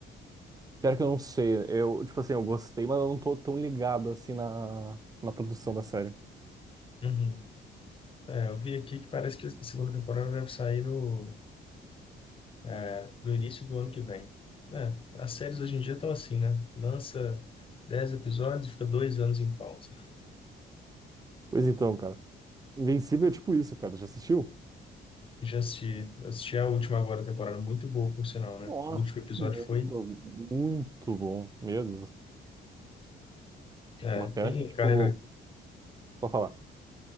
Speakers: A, on the right; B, on the left.
A: Pior que eu não sei. Eu, tipo assim, eu gostei, mas eu não tô tão ligado assim na, na produção da série.
B: Uhum. É, eu vi aqui que parece que a segunda temporada deve sair no É, do início do ano que vem. É, as séries hoje em dia estão assim, né? Lança 10 episódios e fica dois anos em pausa.
A: Pois então, cara. Invencível é tipo isso, cara. Já assistiu?
B: Já assisti, eu assisti a última agora, a temporada muito boa, por sinal, né?
A: Nossa,
B: O último episódio
A: muito,
B: foi.
A: muito bom. Meu Deus.
B: é,
A: Uma pena
B: tem
A: que, tipo,
B: galera,
A: pra falar.